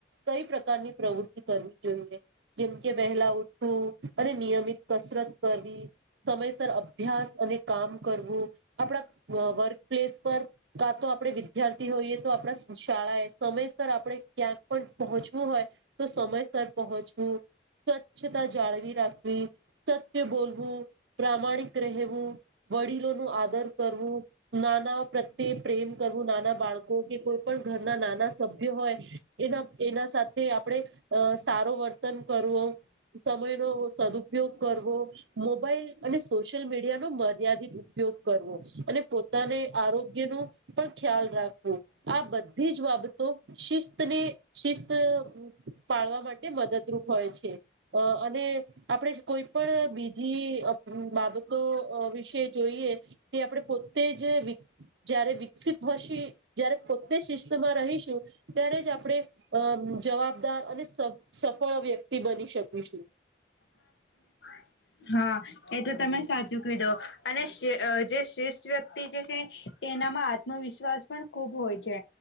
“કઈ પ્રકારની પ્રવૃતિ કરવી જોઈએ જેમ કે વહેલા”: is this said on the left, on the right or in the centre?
Right